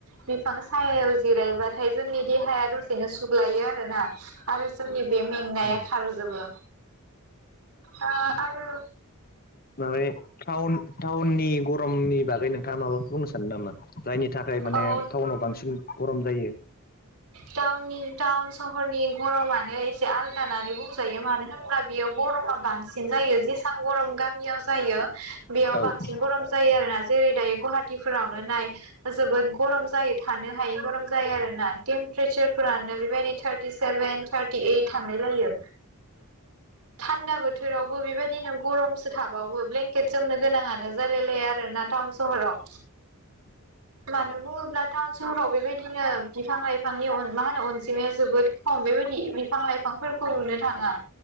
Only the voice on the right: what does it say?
बिफां सायायाव जिरायब्लाथाय जोंनि देहाया द- बिनो सुग्लायो आरो ना आरो जोंनि बे मेंनाया खारजोबो आ-आरो
औ
टाउननि-टाउन सहरनि गरमानो एसे आलदा नानै बुंजायो मानो होनब्ला बेयाव गरमा बांसिन जायो जेसां गरम गामियाव जायो बेयाव
बांसिन गरम जायो आरो ना ज- जेरै दायो गहाटिफोरावनो नाय जोबोद गरम जायो थानो हायै गरम जायो आरो ना टेमप्रेचार फोरानो बेबायदि थार्टि सेेन बेन थारटि एट थांलायलायो। थान्दा बोथोरावबो बेबायदिनो गरमसो थाबावो ब्लेंकेट जोमनो गोनां आ- नो-जालायलाया आरो ना टाउन-सहराव। मानो बुङोब्ला थाउन-सहराव बेबायदिनो बिफां-लाइफांनि अन मा होनो अनजिमाया जो- जोबोद खम बेबायदि बिफां-लाइफांफोरखौ नुनो थाङा